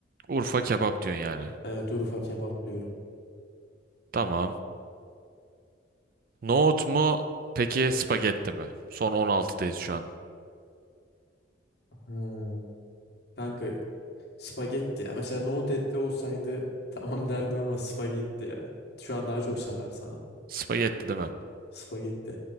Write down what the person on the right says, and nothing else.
Urfa kebap diyorsun yani.
Tamam. Nohut mu peki spagetti mi? Son 16'dayız şu an.
Spagetti değil mi?